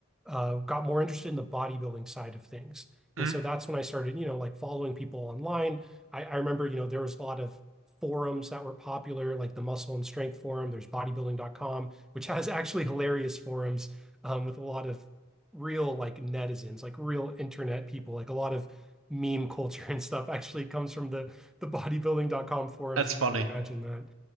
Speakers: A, in the centre; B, on the right (about 80°).
A: uh, got more interested in the bodybuilding side of things.
B: hmm
A: And so that's when I started, you know, like following people online. I I remember, you know, there was a lot of forums that were popular, like the Muscle and Strength Forum. There's bodybuilding.com, which has <laughs> actually hilarious forums um, with a lot of real like netizens, like real internet people, like a lot of meme culture <laughs> and stuff actually comes from the the bodybuilding.com forums,
B: That's
A: if
B: funny.
A: you can imagine that.